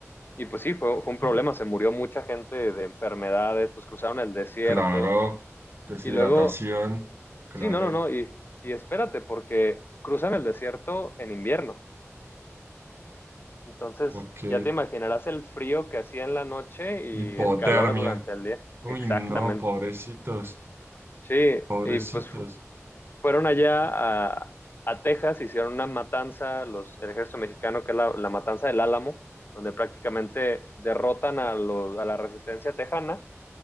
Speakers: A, on the left; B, on the right.
A: y pues sí, fue, fue un problema,
B: <laughs>
A: se murió mucha gente de enfermedades, pues cruzaron el desierto,
B: Claro, deshidratación,
A: y luego
B: claro,
A: Sí, no, no, no. Y, y espérate, porque cruzan el desierto en invierno. Entonces,
B: ok.
A: ya te imaginarás el frío que hacía en la noche y
B: Hipotermia.
A: el calor durante el día.
B: Uy,
A: Exactamente.
B: no, pobrecitos,
A: Sí,
B: pobrecitos.
A: y pues fu- fueron allá a, a Texas, hicieron una matanza, los, el ejército mexicano, que es la, la matanza del Álamo, donde prácticamente derrotan a, los, a la resistencia tejana.